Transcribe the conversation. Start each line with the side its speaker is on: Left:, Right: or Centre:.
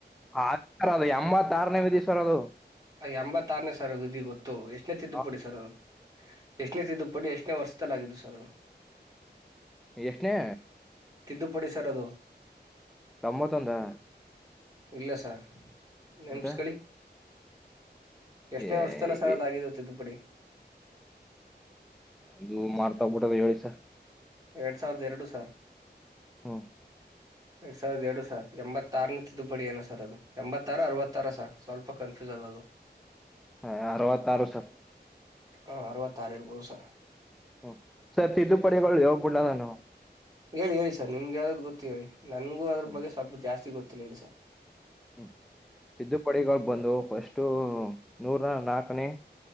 Centre: ಆ ಸರ್ ಅದು ಎಂಬತ್ತ ಆರನೇ ವಿಧಿ ಸರ್ ಅದು.
Right: ಎಂಬತ್ತಾರನೇ ಸರ್ ವಿಧಿ ಗೊತ್ತು ಎಷ್ಟನೇ ತಿದ್ದು
Centre: ಆ,
Right: ಪುಡಿ ಸರ್ ಅದು. ಎಷ್ಟನೇ ತಿದ್ದು ಪಡಿ ಎಷ್ಟನೇ ವರ್ಷದಲ್ಲಾಗಿದ್ದು ಸರ್ ಅದು.
Centre: ಎಷ್ಟ್ನೇ
Right: ತಿದ್ದುಪಡಿ ಸರ್ ಅದು.
Centre: ಗಮ್ಮತಂದಾ
Right: ಇಲ್ಲ ಸರ್ ನೇಮ್ಸ್ಕಳಿ.
Centre: ಅಂತ
Right: ಎಷ್ಟ್ನೇ
Centre: ಏ
Right: ವರ್ಷದಲ್ಲ ಸರ್
Centre: ಏ-
Right: ಅದ ಆಗಿದತ್ತು ತಿದ್ದುಪಡಿ.
Centre: ಅದು ಮರ್ತೋಗ್ಬೀಟದೆ ಹೇಳಿ ಸ.
Right: ಎರಡ್ ಸಾವಿರದ ಎರಡು ಸರ್
Centre: ಹ್ಮ್
Right: ಎರಡ್ ಸಾವಿರದ ಎರಡು ಸರ್ ಎಂಬತ್ತಾರನ ತಿದ್ದುಪಡಿ ಏನ ಸರ್ ಅದು ಎಂಬತ್ತರ ಅರವತ್ತರ ಸರ್ ಸ್ವಲ್ಪ ಕನ್ಫ್ಯೂಸ್ ಅದ ಅದು
Centre: ಹ ಅವತ್ತಾರು ಸ
Right: ಹ ಅರವತ್ತಾರು ಇರ್ಬೋದು ಸರ್
Centre: ಹ್ಮ ಸರ್ ತಿದ್ದುಪಡಿಗಳು ಹೋಗ್ಬಿಡ್ಡ ನಾನು
Right: ಹೇಳಿ ಹೇಳಿ ಸರ್ ನಿಮ್ಗೆ ಯಾವ್ದು ಗೊತ್ತು ಹೇಳಿ ನನ್ಗೂ ಅದ್ರ
Centre: ಹ್ಮ್
Right: ಬಗ್ಗೆ ಸ್ವಲ್ಪ ಜಾಸ್ತಿ ಗೊತ್ತಿಲ್ಲ ಹೇಳಿ ಸರ್
Centre: ಹ್ಮ್ ತಿದ್ದುಪಡಿಗಳು ಬಂದು ಫಸ್ಟು ನೂರ ನಾಲ್ಕನೇ